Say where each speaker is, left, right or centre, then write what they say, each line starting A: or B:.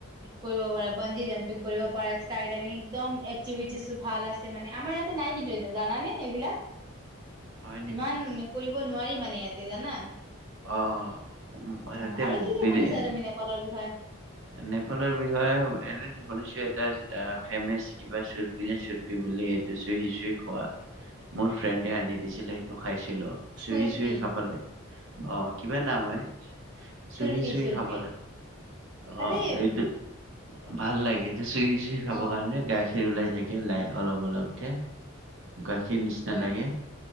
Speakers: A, on the right; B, on the right.
A: কৰিব পাৰা। বঞ্জি জাম্পিং কৰিব পাৰা, স্কাইডাইভিং, একদম এক্টিভিটিজো ভাল আছে মানে, আমাৰ ইয়াতে নাই কিন্তু জানানে এইবিলাক
B: হয় নেকি?
A: ইমান কৰি ব নোৱাৰি মানে ইয়াতে জানা।
B: অ', সিহঁতে
A: অ আৰু কি কি
B: দি
A: শুনিছা
B: দিয়ে।
A: তুমি নেপালৰ বিষয়ে
B: নেপালৰ বিষয়ে এনে শুনিছো এটা ফেমাচ কিবা চুৰপি নে চুৰপি বুলি এইটো চুহি চুহি খোৱা, মোৰ ফ্ৰেণ্ডে আনি দিছিলে, সেইটো খাইছিলোঁ। লো।
A: চুৰপি
B: চুহি, চুহি খাবলৈ, অ কিবা নাম হয়,
A: চুৰপি
B: চুহি চুহি
A: চুৰপি
B: খাব লা
A: তাতে
B: অ', এইটো ভাল লাগে। চুহি চুহি খাব
A: অ
B: কাৰণে গাখ খীৰ ওলাই থাকে লাই, অলপ অলপকে। গাখীৰ নিচিনা
A: হয়
B: লাগে।